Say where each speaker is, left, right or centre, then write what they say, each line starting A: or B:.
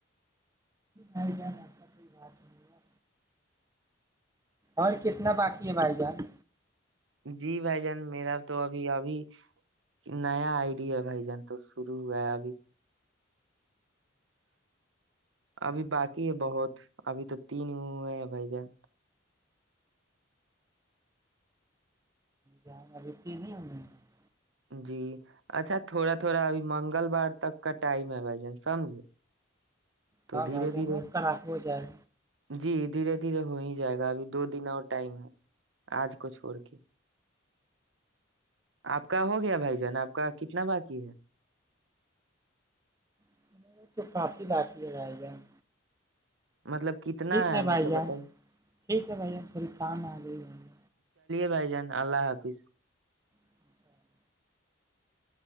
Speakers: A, on the right; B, on the right.
A: ائی جان ایسا کوئی بات نہیں ہے اور کتنا باقی ہے بھائی جان
B: جی بھائی جان میرا تو ابھی ابھی نیا آئیڈیا ہے بھائی جان تو شروع ہوا ہے ابھی ابھی باقی ہے بہت ابھی تو تین ہیں ہیں بھائی جان
A: کیا اب ت نہیں ہو میں <unintelligible>
B: جی اچھا تھوڑا تھوڑا ابھی منگل بار تک کا ٹائم ہے بھ جان سمجھے تو
A: ہ
B: دھیرے
A: گھر
B: دھیرے
A: ج ک کو ب جائے
B: جی دھیرے دھیرے ہو ہی جائے گا ابھی دو دن اور ٹائم ہے آج کو چھوڑ کے آپ کا ہو گیا بھائی جان آپ کا کتنا باقی ہے
A: گا تو کافی باق ل جائے گا ہم
B: مطلب کتنا
A: ٹھیک ہے بھائی
B: مطلب
A: جان
B: بتائیے
A: ٹھیک ہے بھائی جان تھوڑی کام آ گئی ہے بھائی
B: بائی جان اللہ حافظ
A: جان
B: <inaudible>